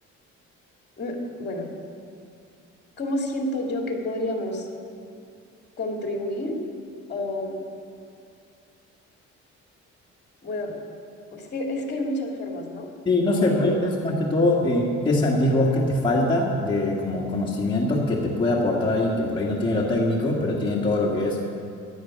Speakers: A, on the left; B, on the left.
A: me- bueno, ¿cómo siento yo que podríamos contribuir? O, bueno, es que, es que hay muchas formas, ¿no?
B: Sí, no sé,
A: Em,
B: por ahí pienso más que todo, eh, ¿qué sentís vos que te falta de como conocimientos que te puede aportar alguien que por ahí no tiene lo técnico, pero tiene todo lo que es